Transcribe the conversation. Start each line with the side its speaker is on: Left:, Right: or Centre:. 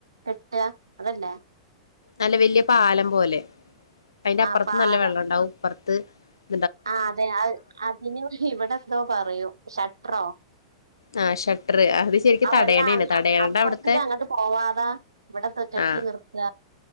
Right: കെട്ട അതല്ലേ
Left: നല്ല വല്യ പാലം പോലെ അയിന്റെ
Right: ആ
Left: അപ്പറത്ത്
Right: പാലം
Left: നല്ല വെള്ളണ്ടാവുംപ്പുറത്ത് ത്ത്
Right: ആ അതെ അവ് അതിന് ഇവിടെ എന്തോ പറയൂ ഷട്ടറോ
Left: ആ ഷട്ടർ അത് ശരിക്കും
Right: ആ <unintelligible>
Left: തടയണേണ് തടയണയുടെ
Right: അപ്പുറത്തേക്ക
Left: അവിടുത്തെ
Right: അങ്ങോട്ട് പോവാതാ ഇവിടെ കെട്ടി
Left: ആ
Right: നിർത്ത